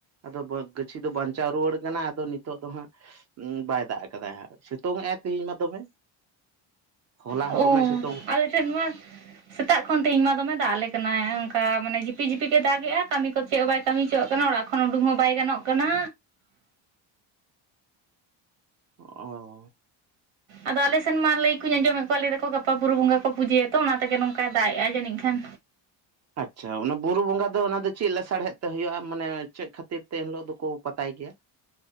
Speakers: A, on the right; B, on the right.
A: ᱟᱫᱚ ᱵᱟᱹ ᱜᱟᱹᱪᱷᱤ ᱫᱚ ᱵᱟᱧᱪᱟᱣ ᱨᱩᱣᱟᱹᱲ ᱠᱟᱱᱟ ᱟᱫᱚ ᱱᱤᱛ ᱱᱤᱛᱚᱜ ᱫᱚ ᱦᱟᱸᱜ ᱵᱟᱭ ᱫᱟᱜ ᱠᱟᱫᱟᱭ ᱦᱟᱸᱜ ᱥᱤᱛᱩᱝ ᱮ ᱟᱭ ᱛᱮᱦᱮᱧ ᱢᱟ ᱫᱚᱢᱮ ᱦᱚᱞᱟ
B: ᱚ
A: ᱦᱚᱸ ᱫᱚᱢᱮ ᱥᱮᱛ
B: ᱟᱞᱮ ᱴᱷᱮᱱ ᱢᱟ ᱥᱮᱛᱟᱜ ᱠᱷᱚᱱ ᱛᱮᱦᱮᱧ ᱢᱟ ᱫᱚᱢᱮ ᱫᱟᱜ ᱟᱞᱮ ᱠᱟᱱᱟᱭ ᱚᱝᱠᱟ ᱢᱟᱱᱮ ᱡᱷᱤᱯᱤᱠ-ᱡᱷᱤᱯᱤᱠ ᱮ ᱫᱟᱜ ᱮᱜᱼᱟ ᱠᱟᱹᱢᱤ ᱠᱚ ᱪᱮᱜ ᱦᱚᱸ ᱵᱟᱭ ᱠᱟᱹᱢᱤ ᱦᱚᱪᱚᱣᱟᱜ ᱠᱟᱱᱟ ᱚᱲᱟᱜ ᱠᱷᱚᱱ ᱩᱸᱰᱩᱝ ᱦᱚᱸ ᱵᱟᱭ ᱜᱟᱱᱚᱜ ᱠᱟᱱᱟ᱾
A: ᱚᱦᱚ
B: ᱟᱫᱚ ᱟᱞᱮ ᱥᱮᱱ ᱢᱟ ᱞᱟᱹᱭ ᱠᱩᱧ ᱟᱸᱡᱚᱢᱮᱜ ᱠᱚᱣᱟ ᱞᱟᱹᱭ ᱫᱚᱠᱚ ᱜᱟᱯᱟ ᱵᱩᱨᱩ ᱵᱚᱸᱜᱟ ᱠᱚ ᱯᱩᱡᱟᱹᱭᱟᱛᱚ ᱚᱱᱟ ᱛᱮᱜᱮ ᱱᱚᱝᱠᱟᱭ ᱫᱟᱜ ᱮᱜᱼᱟ ᱡᱟᱹᱱᱤᱡ ᱠᱷᱟᱱ
A: ᱟᱪᱷᱟ ᱚᱱᱟ ᱵᱩᱨᱩ ᱵᱚᱸᱜᱟ ᱫᱚ ᱚᱱᱟ ᱫᱚ ᱪᱮᱜ ᱞᱮᱥᱟᱲᱦᱮᱫ ᱛᱮ ᱦᱩᱭᱩᱜᱼᱟ ᱢᱟᱱᱮ ᱪᱮᱫ ᱠᱷᱟᱹᱛᱤᱨ ᱛᱮ ᱮᱱᱦᱤᱞᱳᱜ ᱫᱚᱠᱚ ᱯᱟᱛᱟᱭ ᱜᱮᱭᱟ